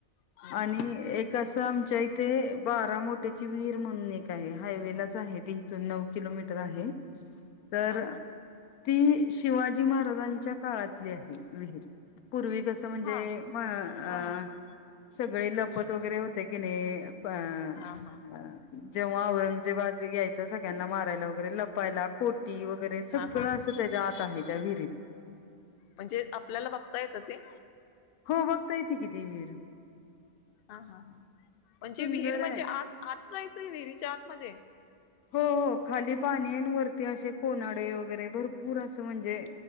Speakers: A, on the left (about 70°); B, on the left (about 85°).
A: हा
B: आणि
A: हा
B: एक असं आमच्या इथे बाराम ्याची विहीर म्हणून एक आहे, हायवे लाच आहे त इथून नऊ किलोमीटर आहे. तर.
A: हा
B: ती शिवाजी महाराजांच्या काळातली आहे विहीर. पूर्वी कसं म्हणजे,
A: हा
B: मळा अ
A: हा
B: आ सगळे लप मोपत वगैरे होते की नाही. अ
A: हा हा
B: जेव्हा औरंगजेबाजे घ्यायचं सग. त्यांना मारयला लावतो लपायला कोटी वगैरे सग सगळं
A: हा हा
B: असं त्याच्या आत आहे त्या विहिरीत
A: म्हणजे आपल्याला बघता येतं ते
B: हो बघता येते किती वर
A: हा हा हा म्हणजे
B: सुंदर
A: विहीर म्हणजे
B: आहे.
A: आ आत जायचं विहिरीच्या आतमध्येध्ये
B: हो हो खाली पाणी आहे वरती असे कोन्हाळे वगैरे भरपूर असं म्हणजे